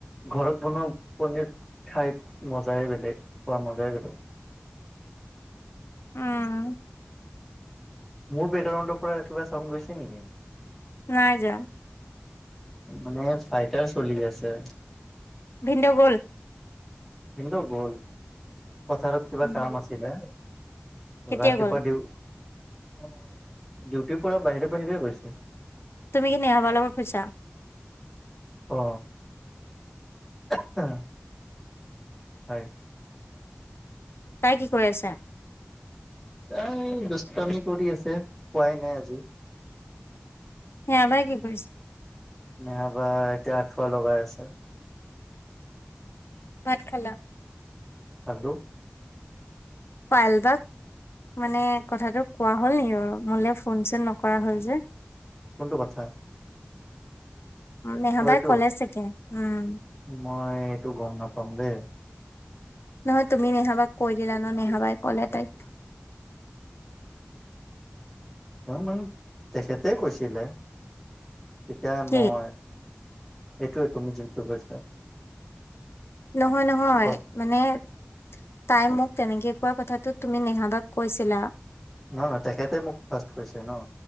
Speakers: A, in the centre; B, on the left (about 75°).
A: ঘৰত বনোৱা, পনীৰ খাই মজাই বেলেগ, খোৱা মজাই বেলেগ!
B: উম!
A: মোৰ বেকগ্ৰাউণণ্ড পৰা, কিবা চাউণ্ড গৈছে নেকি?
B: নাই যোৱা।
A: মানে, ফাইটাৰ চলি আছে।
B: ভিনদেউ গ'ল?
A: ভিনদেউ গল পথাৰত কিবা
B: উম,
A: কাম আছিলে।
B: কেতিয়া
A: ৰাতিপুৱা
B: গ'ল?
A: ডিউ অ, ডিউটিৰ পৰা বাহিৰে-বাহিৰে গৈছে।
B: তুমি কি নেহাবাৰ লগত ফুৰচা।
A: অ, অ <unintelligible> হয়,
B: তাই কি কৈ আছে?
A: তাই দুষ্টামি কৰি আছে, শুৱাই নাই আজি।
B: নেহা বাই কি কৰিছে?
A: নেহাবা এতিয়া আঠুৱা লগাই আছে।
B: ভাত খালা?
A: হেল্ল',
B: পাইলবাক মানে কথাটো কোৱা হ'ল নেকি, বাৰু মোলে ফোন-চোন নকৰা হল যে?
A: কোনটো কথা? অ
B: নেহাবাই
A: এইটো
B: কলে চাগে। উম,
A: মই এইটো গম নাপাম দেই?
B: নহয় তুমি নেহাবাক কৈ দিলা ন' নেহাবাই ক'লে তাইক।
A: জানো তেখেতে কৈছিলে। তেতিয়া
B: কি?
A: মই এইটোৱেটো তুমি যিটো কৈছা।
B: নহয়-নহয়।
A: ফাৰ্ষ্ট,
B: মানে, তাই মোক তেনেকে কোৱা কথাটো তুমি নেহাবাক কৈছিলা?
A: নহয়-নহয়, তেখেতে মোক ফাৰ্ষ্ট কৈছিল ন।